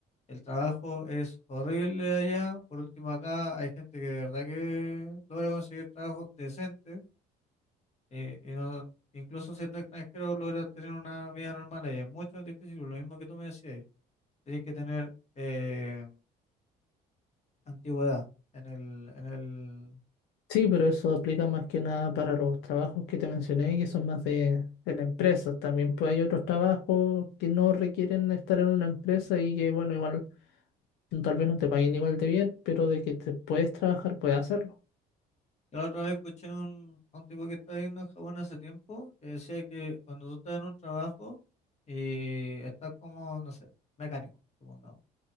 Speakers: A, on the left (about 40°); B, on the left (about 80°).
A: El trabajo es horrible allá. Por último, acá hay gente que de verdad que logra conseguir trabajo decente eh, y no, incluso siendo extranjero logra tener una vida normal allá. Es mucho más difícil, lo mismo que tú me decías. Tienes que tener eh, antigüedad en el, en el...
B: Sí, pero eso aplica más que nada para los trabajos que te mencioné, que son más de, de la empresa. También pues, hay otros trabajos que no requieren estar en una empresa y que, bueno, igual no, tal vez no te paguen igual de bien, pero de que te puedes trabajar, puedes hacerlo.
A: Yo la otra vez escuché un, a un tipo que estaba viendo en Japón hace tiempo que decía que cuando tú estás en un trabajo y estás como, no sé, mecánico, supongamos,